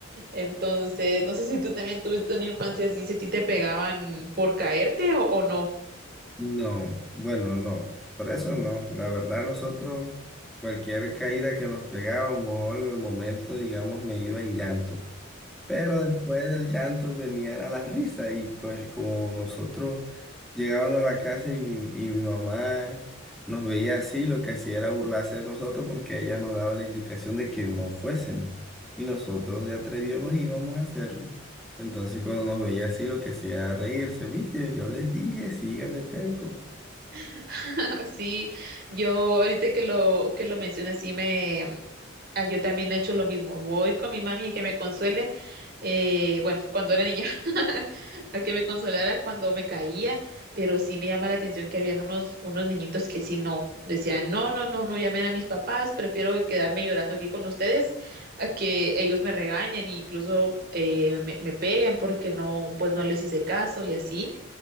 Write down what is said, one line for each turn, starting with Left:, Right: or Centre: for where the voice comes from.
Right: Entonces, no sé si tú también tuviste una infancia así, si a ti te pegaban por caerte o, o no.
Centre: No, bueno, no, por eso no. La verdad, nosotros, cualquier caída que nos pegábamos o algo, en el momento, digamos, me iba en llanto. Pero después del llanto venía a la risa y pues como nosotros llegábamos a la casa y mi, y mi mamá nos veía así, lo que hacía era burlarse de nosotros porque ella nos daba la indicación de que no fuésemos. Y nosotros de atrevidos nos íbamos a hacerlo. Entonces cuando nos veía así, lo que hacía era reírse, ¿viste? Yo les dije, sigan de terco.
Right: <laughs> Sí, yo ahorita que lo, que lo mencionas, sí me, Ah, yo también he hecho lo mismo. Voy con mi mami y que me consuele. eh, bueno, cuando era niña, <laughs> a que me consolara cuando me caía, pero sí me llama la atención que habían unos, unos niñitos que sí no. Decían, no, no, no, no llamen a mis papás, prefiero quedarme llorando aquí con ustedes a que ellos me regañen e incluso eh, me, me peguen porque no, pues no les hice caso y así.